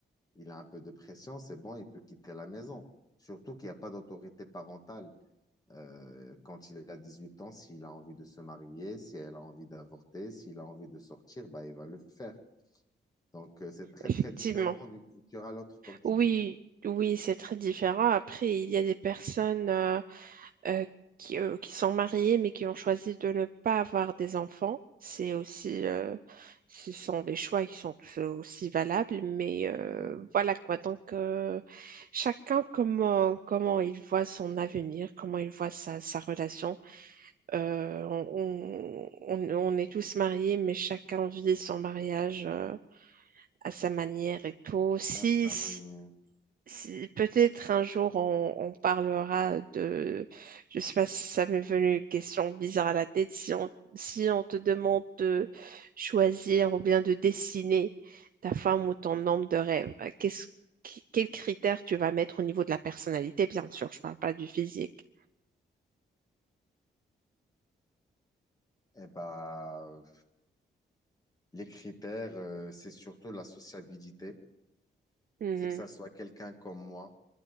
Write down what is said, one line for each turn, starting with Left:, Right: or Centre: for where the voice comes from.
Left: il a un peu de pression, c'est bon, il peut quitter la maison. Surtout qu'il n'y a pas d'autorité parentale. Euh, quand il a 18 ans, s'il a envie de se marier, si elle a envie d'avorter, s'il a envie de sortir, bah, il va le faire. Donc, euh, c'est très,
Right: Effectivement.
Left: très différent d'une culture à l'autre, comme tu
Right: Oui,
Left: dis.
Right: oui, c'est très différent. Après, il y a des personnes. euh, euh, qui, euh, qui sont mariés mais qui ont choisi de ne pas avoir des enfants. C'est aussi, euh, ce sont des choix qui sont tous aussi valables, mais euh,
Left: Ouais,
Right: voilà quoi. Donc, euh, chacun comment, comment il voit son avenir, comment il voit sa, sa relation. Euh, on, on, on est tous mariés, mais chacun vit son mariage euh, à sa manière et tout. Si,
Left: à sa
Right: si,
Left: manière.
Right: si- Peut-être un jour on, on parlera de, je sais pas si ça m'est venu une question bizarre à la tête, si on, si on te demande de choisir ou bien de dessiner ta femme ou ton homme de rêve, qu'est-ce, qu- quels critères tu vas mettre au niveau de la personnalité, bien sûr, je parle pas du physique.
Left: Eh ben, les critères, euh, c'est surtout la sociabilité.
Right: Mhm.
Left: C'est que ça soit quelqu'un comme moi,